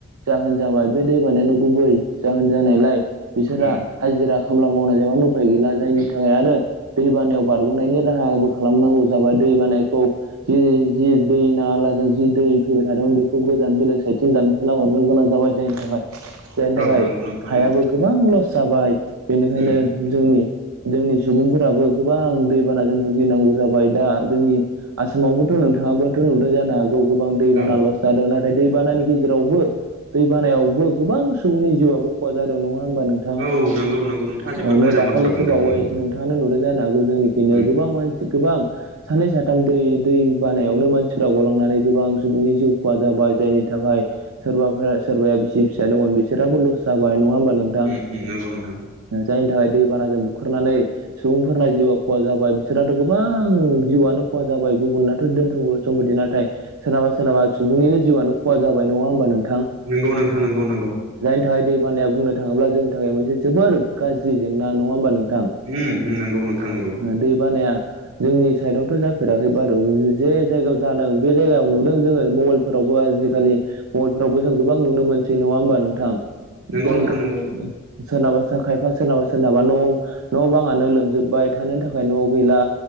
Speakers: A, on the right (about 80°); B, on the right (about 65°).
A: जाहोन जाबाय। बे दै बानायानो गुबै जाहोन जानायलाय बिसोरा
B: उम
A: हाजिरा खामला मावनाय जायाबानो उफाय गैला जायनि थाखाय आरो दै बानायाव बारग'नायनि राहाबो खालामनांगौ जाबाय दै बाना खौ जि-जि दै नालाजों जि दै फैबाय थादोंमोन बेखौ गोजान बेलेग साइडथिं दानखेना हर नो गोनां जाबाय जायनि थाखाय जायनि थाखाय
B: औ नंगौ नोंथां
A: हायाबो
B: नंगौ
A: गोबां लस जाबाय बेनिखायनो
B: उम
A: जोंनि जोंनि सुबुंफोराबो गोबां दैबानाजों भुगिनांगौ जाबाय दा जोंनि आसामावबोथ' नोंथाङाबोथ' नुदों जानो हागौ गोबां दैबाना
B: औ
A: लस जादों नाथाय दैबानानि गेजेरावबो दै बानायावबो गोबां सुबुंनि जिउआबो खहा जादों नङा होनबा नोंथां?
B: औ नंगौ नंगौ नोंथाङा जोबोद
A: औ
B: मोजां
A: दाखालिसो
B: बाथ्रा बुंदों
A: बावै
B: नंगौ
A: नोंथाङानो नुदों जानो हागौ जोंनिखैनो
B: उम
A: गोबां मानसि गोबां सानै साथाम दै-दै बानायावनो मानसिफोरा गलांनानै गोबां सुबुंनि जिउ खहा जाबाय जायनि थाखाय सोरबा सोरबाया बिसि-फिसा दं बिसोराबो लस जाबाय नङा होमबा नोंथां?
B: उम उम नंगौ नोंथां
A: ओ जायनि थाखाय दै बानाजों बुखारनानै सुबुंफोरना जिउआ खहा जाबाय बिसोरथ' गोबां जिउआनो खहा जाबाय गुबुननाथ' दोन-सम्फथि नाथाय सोरनाबा सोरनाबा सुबुंनिनो जिउआ खहा जाबाय नङा होमबा नों
B: नोनगौ नोंथां नोंगौ नोंगौ ।
A: थाखाय दै बानाया बुंनो थाङोब्ला जोंनि थाखाय मोनसे जोबोर गाज्रि जेंना नङा होमबा नों थां?
B: उम उम नंगौ नोंथां नंगौ
A: ओ दै बानाया जोंनि साइदावथ' जा फेराखै बारु जे जायगायाव जादों बे जायगायाव नुदों जोङो मबेलफोरावबो आजिखालि मबेल‌ फोरावबो गोबां नुनो मोनसै। नङा होमबा नोंथां?
B: नंगौ
A: जाय
B: नोंथां नंगौ
A: सोरनाबा खायफा सोरनाबा सोरनाबा न' न' बाङानो लोमजोबबाय थानो थाखाय न' गैला